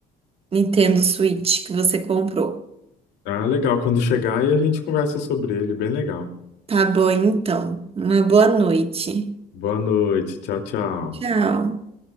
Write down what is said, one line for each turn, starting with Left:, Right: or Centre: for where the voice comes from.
Right: Nintendo Switch que você comprou.
Left: Ah, legal. Quando chegar aí a gente conversa sobre ele. Bem legal.
Right: Tá bom, então. Uma boa noite.
Left: Boa noite. Tchau, tchau.
Right: Tchau.